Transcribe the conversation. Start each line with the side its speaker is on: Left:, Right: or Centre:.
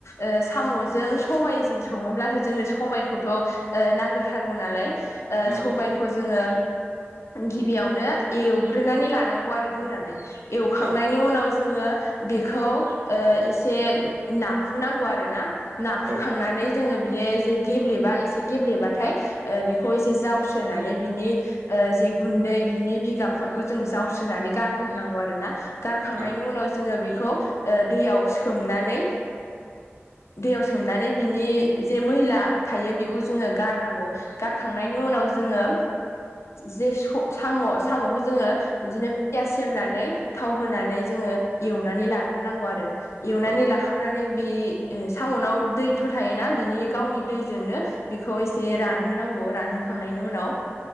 Left: ओ साम'जों सबायजों सङोब्लाथ' जोंनो सबायखौथ' ओ नांग्रोथारगौ नालाय ओ
Right: नंगौ
Left: सबायखौ
Right: नंगौ
Left: जोङो गिबियावनो एवग्रोनानै लानांगौ आरो गोरानै। एवखांनायनि
Right: औ
Left: उनाव जोङो बेखौ ओ एसे नाहुनांगौ आरोना। नाहुखांनानै
Right: औ
Left: जोङो बियो जे गेब्लेबा एसे गेब्लेबाथाय ओ बेखौ एसे जावस्रोनानै बिनि ओ जे गुन्दै बिनि बिगाबफोरखौ जों जावस्रोनानै गारग्रोनांगौ आरो ना गारखा खांनायनि
Right: औ
Left: उनाव जोङो बेखौ दैयाव सोमनानै दैयाव सोमनानै बिनि जे मैला थायो बेखौ जोङो गारनांगौ गारखांनायनि उनाव जोङो जे साम' साम'खौ जोङो बिदिनो पियास सेरनानै थाव होनानै जोङो एवनानै लाग्रोनांगौ आरो एवनानै
Right: औ
Left: लाखांनानै बे साम'नाव दैथ' थायोना बिनि गावनि दैजोंनो बेखौ एसे रानहोनांगौ रानहोखांनायनि उनाव